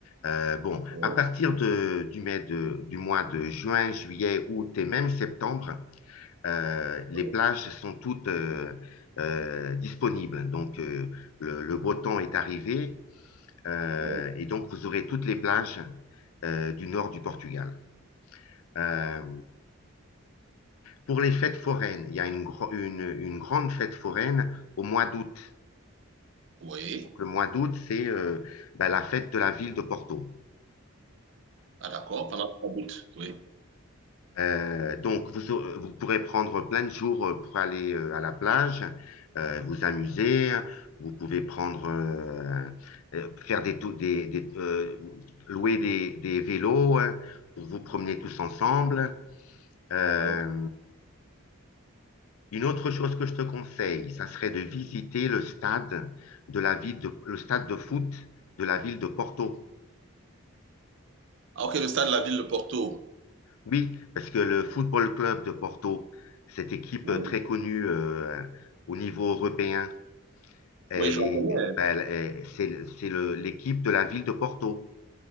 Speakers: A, on the left; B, on the right.
A: Euh, bon,
B: Oui,
A: à partir de, du mai de, du mois de juin, juillet, août et même septembre, euh, les
B: oui,
A: plages sont toutes euh, euh, disponibles. Donc, euh, le, le beau temps est arrivé euh,
B: oui.
A: et donc vous aurez toutes les plages euh, du nord du Portugal. Euh, pour les fêtes foraines, il y a une, gro- une, une grande fête foraine au mois d'août.
B: Oui.
A: Donc, le mois d'août, c'est euh, ben, la fête de la ville de Porto.
B: ah d'accord, pendant la route, oui.
A: Euh, donc, vous, aurez- vous pourrez prendre plein de jours euh, pour aller euh, à la plage, euh, vous amuser. Vous pouvez prendre, euh, euh, faire des, tou- des, des, euh, louer des, des vélos hein, pour vous promener tous ensemble. Euh,
B: oui.
A: Une autre chose que je te conseille, ça serait de visiter le stade de la ville de, le stade de foot de la ville de Porto.
B: Ah, ok, le stade de la ville de Porto.
A: Oui, parce que le Football Club de Porto, cette équipe
B: Oui,
A: très connue euh, au niveau européen, elle
B: oui, je la
A: est,
B: connais.
A: ben, elle est- c'est, c'est le- l'équipe de la ville de Porto.